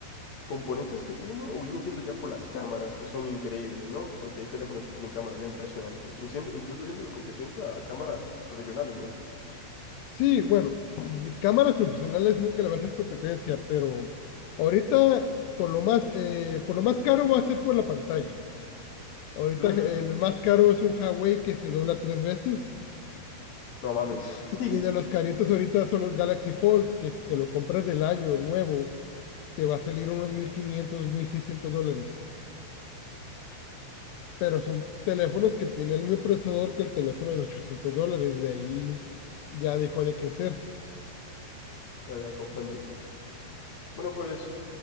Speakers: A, on the left; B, on the left.
A: componentes que tiene o viene siendo ya por las cámaras, que son increíbles, ¿no? Porque hay teléfonos que tienen cámaras ya impresionantes, y siendo- incluso siendo la competencia a cámaras profesionales, ¿no?
B: Sí, bueno, de cámaras profesionales nunca le va a hacer competencia, pero ahorita por lo más, eh, por lo más caro va a ser por la pantalla. Ahorita
A: Mm,
B: el más caro es un Huawei que se dobla tres veces
A: no mames,
B: y,
A: <laughs>
B: y de los caritos ahorita son los Galaxy Fold, que si te lo compras del año nuevo te va a salir unos mil quinientos mil seiscientos dólares. Pero son teléfonos que tienen el mismo procesador que el teléfono de 800 dólares. De ahí ya dejó de crecer.
A: ya, ya comprendo. Bueno, pues,